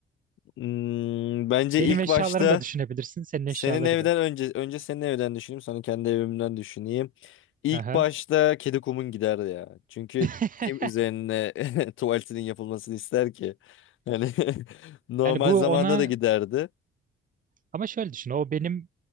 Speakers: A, on the left; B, on the right.
A: Hmm, bence
B: Benim
A: ilk
B: eşyalarımı
A: başta
B: da düşünebilirsin, senin
A: senin
B: eşyaları
A: evden
B: da.
A: önce önce senin evden düşüneyim sonra kendi evimden düşüneyim. İlk
B: Aha.
A: başta kedi kumun gider ya. Çünkü
B: <laughs>
A: kim üzerine <laughs> tuvaletinin yapılmasını ister ki? Yani <laughs> normal
B: Yani bu ona
A: zamanda da giderdi.
B: ama şöyle düşün o benim